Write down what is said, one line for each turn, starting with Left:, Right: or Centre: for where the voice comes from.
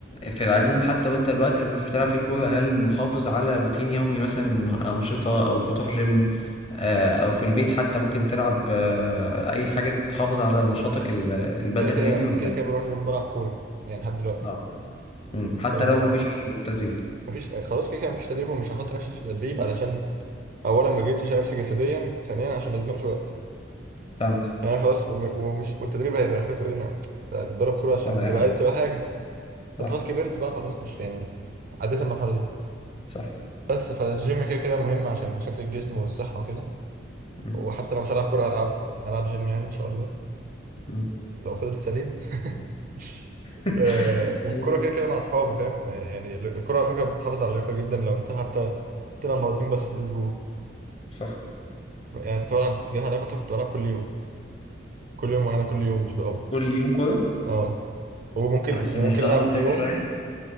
Left: في العموم حتى وانت الوقت اللي ما كنتش بتلعب فيه كورة هل محافظ على روتين يومي مثلا أنشطة أو بتروح جيم آه، أو في البيت حتى ممكن تلعب آه، أي حاجة تحافظ على نشاطك ال- البدني
Right: كده كده
Left: يعني ولا
Right: كده كده بروح الجيم بلعب كوره يعني لحد دلوقتي
Left: اه مم. حتى
Right: آه
Left: لو ما فيش تدريب
Right: مفيش يعني خلاص كده كده مفيش تدريب ومش هحط نفسي في تدريب علشان اولا ما جيتش نفسي جسديا ثانيا عشان ما ازنقش وقت
Left: فهمت
Right: يعني أنا خلاص وم- ومش والتدريب هيبقى اخرته ايه ما تتدرب كوره
Left: صح
Right: عشان
Left: ولا
Right: تبقى
Left: أي حاجة
Right: عايز تبقى حاجه
Left: صح
Right: طب خلاص كبرت بقى خلاص مش يعني عديت المرحله دي
Left: صح
Right: بس فالجيم كده كده مهم عشان شكل الجسم والصحه وكده
Left: مم.
Right: وحتى لو مش هلعب كورة هلعب هلعب جيم يعني إن شاء الله
Left: مم.
Right: لو فضلت سليم <laughs>
Left: <laughs>
Right: آه، والكرة
Left: يلا.
Right: كده كده مع أصحابي فاهم آه، يعني الكرة على فكرة بتحافظ على اللياقة جدا لو أنت حتى تلعب مرتين بس في الأسبوع
Left: صح
Right: يعني كنت بلعب جت عليا فترة كنت بلعب كل يوم كل يوم معانا كل يوم مش بأوفر
Left: كل يوم كورة
Right: أه وممكن
Left: بس
Right: وممكن
Left: مش ده
Right: ألعب
Left: متعب
Right: في يوم
Left: شوية